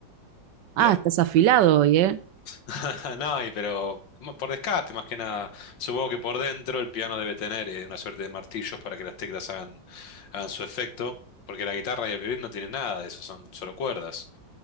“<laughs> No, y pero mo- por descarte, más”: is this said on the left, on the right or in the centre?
Left